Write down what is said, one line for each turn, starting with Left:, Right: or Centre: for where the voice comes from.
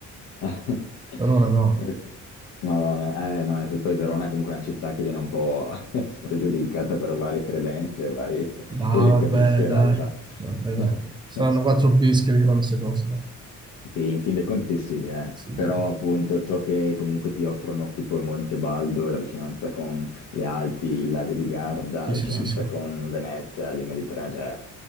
Left: <laughs>
Right: Verona no.
Left: Ok. Madonna, eh no, infatti poi Verona è comunque una città che viene un po' <laughs> spregiudicata per varie credenze, vari...
Right: Ah,
Left: e le
Right: vabbè,
Left: capisco in
Right: dai.
Left: realtà.
Right: Vabbè, dai.
Left: <laughs>
Right: Saranno quattro bischi che fanno queste cose. dai.
Left: Sì, in fin dei conti sì, eh.
Right: Sì,
Left: Però
Right: dai.
Left: appunto ciò che comunque ti offrono tipo Montebaldo e la vicinanza con le Alpi, il lago di Garda,
Right: Sì,
Left: la
Right: sì,
Left: vicinanza
Right: sì, sì.
Left: con Venezia, il Mediterraneo, cioè